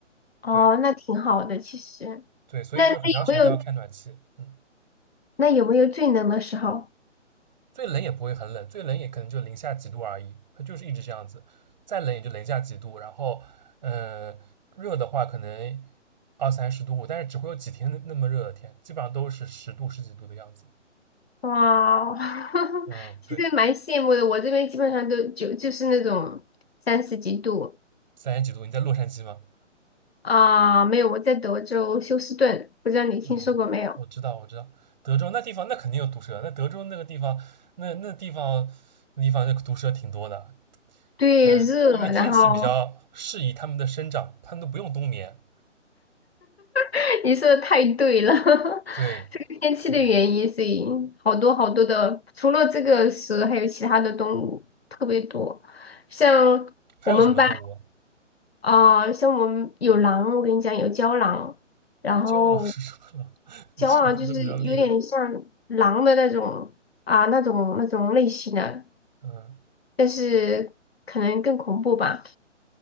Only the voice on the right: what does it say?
对
对，所以就是很长时间都要开暖气。
嗯。
最冷也不会很冷，最冷也可能就零下几度而已，它就是一直这样子。再冷也就零下几度，然后嗯、呃热的话可能二三十度，但是只会有几天那么热的天，基本上都是十度十几度的样子。
嗯，
对，
三十几度。你在洛杉矶吗？
哦，我知道，我知道，德州那地方那肯定有毒蛇，那德州那个地方，那那地方那地方那毒蛇挺多的。
嗯，
因为天气比较适宜它们的生长，
它们都不用冬眠。
对，
嗯。
还有什么动物啊？
郊狼是什么狼？<laughs> 你说的都比较厉害。
嗯，